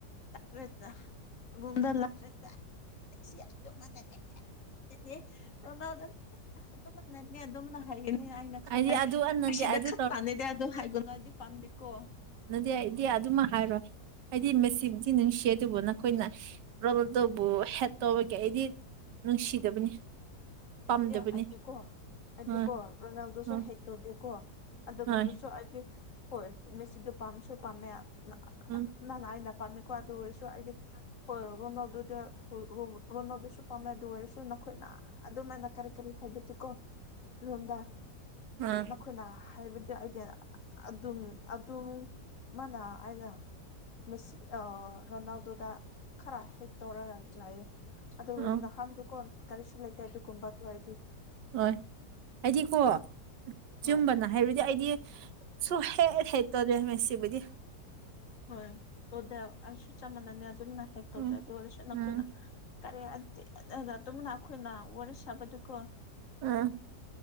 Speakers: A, on the left (about 50°); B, on the right (about 80°).
A: ꯂꯀꯔꯦꯗ ꯔꯨꯝꯗ ꯂꯥꯈꯗꯔꯦꯗꯥ ꯑꯠꯁꯤ ꯑꯗꯨꯝ ꯉꯟꯅ ꯅꯦꯛꯆ ꯅꯦ ꯔꯣꯅꯥꯜꯗꯣꯅ ꯑꯗꯨꯅꯅꯦ ꯑꯗꯨꯝꯅ ꯍꯥꯏꯒꯅꯤ ꯍꯥꯏꯅ ꯈꯪꯉꯦ
B: ꯑꯩꯗꯤ ꯑꯗꯨ ꯅꯠꯇꯦ
A: ꯑꯁꯤꯗ
B: ꯑꯗꯨ
A: ꯈꯠꯄꯥꯅꯤꯗ ꯑꯗꯨ ꯍꯥꯏꯒꯨꯅꯣ ꯑꯩꯗꯤ ꯄꯥꯝꯗꯦꯀꯣ
B: ꯑꯗꯨꯗꯤ ꯑꯩꯗꯤ ꯑꯗꯨꯃ ꯍꯥꯏꯔꯣꯏ ꯍꯥꯏꯗꯤ ꯃꯦꯁꯤꯗꯤ ꯅꯨꯡꯁꯤ ꯑꯗꯨꯕꯨ ꯅꯈꯣꯏꯅ ꯔꯣꯜꯅꯥꯜꯗꯣꯕꯨ ꯍꯦꯠ ꯇꯧꯕꯒꯤ ꯑꯩꯗꯤ ꯅꯨꯡꯁꯤꯗꯕꯅꯤ ꯄꯥꯝꯗꯕꯅꯤ
A: ꯅꯠꯇꯦ ꯑꯩꯗꯤꯀꯣ ꯑꯩꯗꯤꯀꯣ
B: ꯍꯣꯏ
A: ꯔꯣꯅꯥꯜꯗꯣꯁꯨ
B: ꯍꯣꯏ
A: ꯍꯦꯠꯇꯧꯗꯦꯀꯣ ꯑꯗꯨꯒꯗꯨꯁꯨ
B: ꯍꯣꯏ
A: ꯑꯩꯗꯤ ꯍꯣꯏ ꯃꯦꯁꯤꯗꯨ ꯄꯥꯝꯁꯨ ꯄꯥꯝꯃꯦ ꯅꯍꯥꯟꯅ
B: ꯎꯝ
A: ꯑꯩꯅ ꯄꯥꯝꯃꯦꯀꯣ ꯑꯗꯨ ꯑꯣꯏꯁꯨ ꯑꯩꯗꯤ ꯍꯣꯏ ꯔꯣꯅꯥꯜꯗꯣꯗ ꯔꯣꯅꯥꯜꯗꯁꯨ ꯄꯥꯝꯃꯦ ꯑꯗꯨ ꯑꯣꯏꯔꯁꯨ ꯑꯩꯈꯣꯏꯅ ꯑꯗꯨꯃꯥꯏꯅ ꯀꯔꯤ ꯀꯔꯤ ꯍꯥꯏꯕꯗꯨꯀꯣ ꯔꯣꯝꯗ
B: ꯑꯥ
A: ꯅꯈꯣꯏꯅ ꯍꯥꯏꯕ ꯑꯩꯗꯤ ꯑꯗꯨꯝ ꯑꯗꯨꯝ ꯃꯥꯅ ꯑꯩꯅ ꯃꯦꯁꯤ ꯑ ꯔꯣꯅꯥꯜꯗꯣꯗ ꯈꯔ ꯍꯦꯛ ꯇꯧꯔꯒ ꯂꯩꯑꯦ ꯑꯗꯨꯒꯅꯦ
B: ꯑꯥ
A: ꯅꯍꯥꯟꯗꯨꯀꯣ ꯀꯔꯤꯁꯨ ꯂꯩꯇꯦ ꯑꯗꯨꯒꯨꯝꯕꯗꯨ ꯑꯩꯗꯤ
B: ꯑꯣꯏ ꯑꯩꯗꯤ ꯀꯣ
A: ꯍꯣꯏ
B: ꯆꯨꯝꯕꯅ ꯍꯥꯏꯔꯗꯤ ꯑꯩꯗꯤ ꯁꯨ ꯍꯦꯛ ꯍꯦꯛ ꯇꯧꯗꯦ ꯃꯦꯁꯁꯤꯕꯨꯗꯤ
A: ꯍꯣꯏ ꯇꯣꯗꯦ ꯑꯩꯁꯨ ꯆꯞ ꯃꯥꯟꯅꯩꯅꯦ ꯑꯗꯨꯝꯅ ꯍꯦꯛ ꯇꯧꯗꯦ
B: ꯎꯝ
A: ꯑꯗꯨꯑꯣꯏꯔꯁꯨ ꯅꯈꯣꯏꯅ
B: ꯎꯝ
A: ꯀꯔꯤ ꯑ ꯗꯤ ꯗꯨꯝꯅ ꯑꯩꯈꯣꯏꯅ ꯋꯥꯔꯤ ꯁꯥꯕꯗꯨꯀꯣ
B: ꯎꯝ